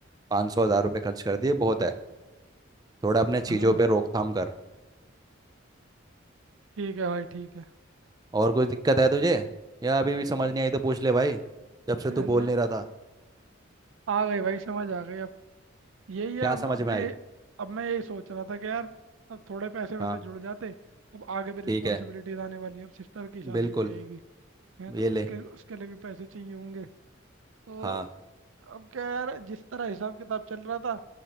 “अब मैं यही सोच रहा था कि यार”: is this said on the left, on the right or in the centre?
Right